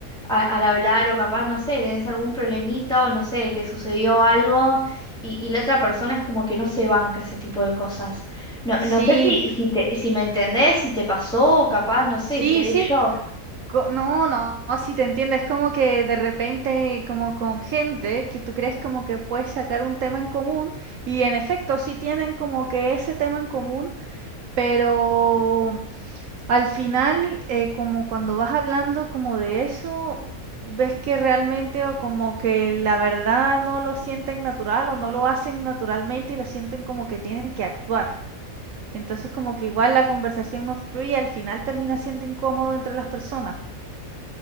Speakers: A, in the centre; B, on the right.
A: a- al hablar o capaz, no sé, tenés algún problemita o no sé, te sucedió algo y, y la otra persona es como que no se banca ese tipo de cosas. No, no
B: Sí,
A: sé si, si, te, si me entendés, si te pasó o capaz, no sé,
B: sí,
A: seré
B: sí,
A: yo.
B: co- no, no, sí te entiendo, es como que de repente como con gente que tú crees como que puedes sacar un tema en común y en efecto sí tienen como que ese tema en común, pero Al final, eh, como cuando vas hablando como de eso, ves que realmente o como que la verdad no lo sienten natural o no lo hacen naturalmente y lo sienten como que tienen que actuar. Entonces como que igual la conversación no fluye, al final termina siendo incómodo entre las personas.